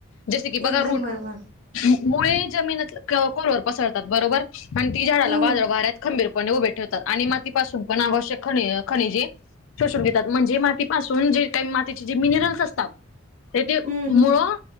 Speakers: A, on the left (about 65°); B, on the right (about 35°).
A: जसे की बघा
B: एकदम
A: रूट.
B: बरोबर
A: म - मुळे जमीनीत क खोलवर पसरतात बरोबर. अन ती झाडाला
B: हम्म
A: वादळ वाऱ्यात खंबीरपणे उभे ठेवतात. आणि मातीपासून पण आवश्यक खनि खनिजे शोषून घेतात. म्हणजे मातीपासून जे काही मातीचे जे मिनरल्स असतात ते ते
B: हम्म
A: मुळं
B: हम्म